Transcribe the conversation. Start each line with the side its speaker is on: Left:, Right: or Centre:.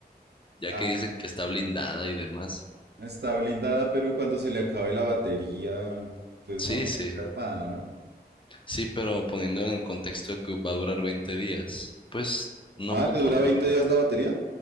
Left: Ya
Right: Ah,
Left: que dicen que está blindada y demás.
Right: Está blindada, pero cuando se le acabe la batería, pues
Left: Sí,
Right: no puede
Left: sí.
Right: hacer nada, ¿no?
Left: Sí, pero poniendo en el contexto de que va a durar 20 días, pues no
Right: Ah,
Left: ocupo
Right: ¿le dura
Left: mucho.
Right: veinte días la batería?